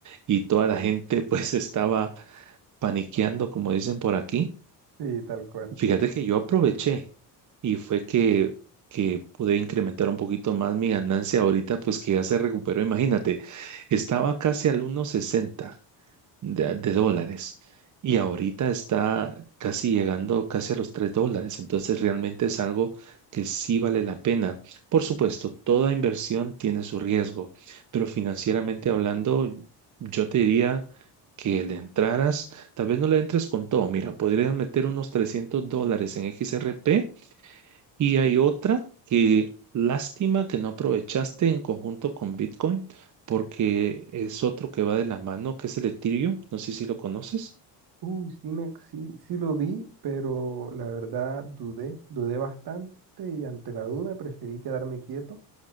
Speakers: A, on the right; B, on the right.
A: y toda la gente <laughs> pues estaba paniqueando, como dicen por aquí.
B: Sí, tal cual.
A: Fíjate que yo aproveché y fue que, que pude incrementar un poquito más mi ganancia ahorita, pues que ya se recuperó. Imagínate, estaba casi al uno sesenta de, de dólares y ahorita está casi llegando casi a los 3 dólares. Entonces realmente es algo que sí vale la pena. Por supuesto, toda inversión tiene su riesgo, pero financieramente hablando, yo te diría que le entraras, tal vez no le entres con todo. Mira, podrías meter unos 300 dólares en XRP y hay otra que lástima que no aprovechaste en conjunto con Bitcoin, porque es otro que va de la mano, que es el Ethereum. No sé si lo conoces.
B: Uy, sí, me, sí, sí lo vi, pero la verdad dudé, dudé bastante y ante la duda preferí quedarme quieto.